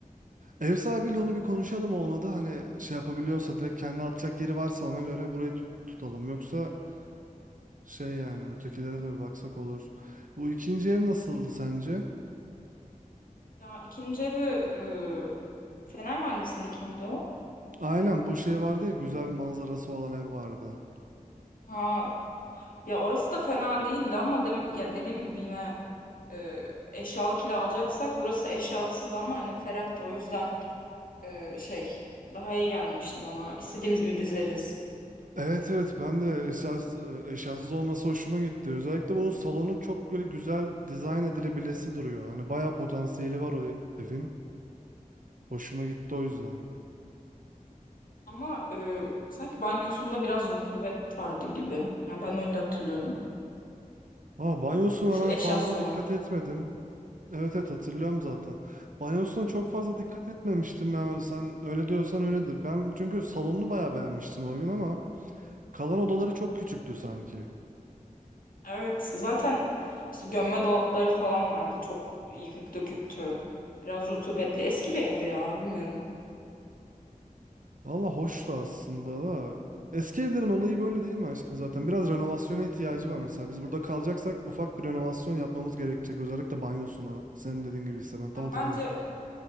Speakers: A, on the right; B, on the left.
A: Ev sahibiyle onu bir konuşalım olmadı. Hani şey yapabiliyorsa direkt kendi atacak yeri varsa ona göre burayı tut- tutalım. Yoksa şey yani ötekilere de bir baksak olur. Bu ikinci ev nasıldı sence?
B: Ya ikinci evi e, Fener Mahallesi'ndeki miydi o?
A: Aynen bu şey vardı ya güzel bir manzarası olan ev vardı.
B: Ha ya orası da fena değildi ama de- ya dediğim gibi yine e, eşyalı kiralayacaksak burası eşyasızdı ama hani ferah da o yüzden e, şey daha iyi gelmişti bana. İstediğimiz gibi dizeriz.
A: Evet evet ben de eşyasız, e, eşyasız olması hoşuma gitti. Özellikle bunun salonu çok böyle güzel dizayn edilebilesi duruyor. Hani bayağı potansiyeli var o evin. Hoşuma gitti o yüzden.
B: Ama e, sanki banyosunda biraz rutubet vardı gibi. Yani ben öyle hatırlıyorum.
A: Ama banyosuna
B: Şu şu
A: ben
B: eşyasız
A: fazla
B: olan.
A: dikkat etmedim. Evet evet hatırlıyorum zaten. Banyosuna çok fazla dikkat etmemiştim. Yani sen öyle diyorsan öyledir. Ben çünkü salonunu bayağı beğenmiştim o evin ama kalan odaları çok küçüktü sanki.
B: Evet zaten işte gömme dolapları falan vardı. Çok yıkık döküktü. Biraz rutubetli. Eski bir evdi ya bilmiyorum.
A: Valla hoştu aslında da. Eski evlerin olayı böyle değil mi aşkım zaten? Biraz renovasyona ihtiyacı var mesela. Biz burada kalacaksak ufak bir renovasyon yapmamız gerekecek. Özellikle banyosuna. Senin dediğin gibi ise ben tam
B: Ya
A: hatırlamıyorum.
B: bence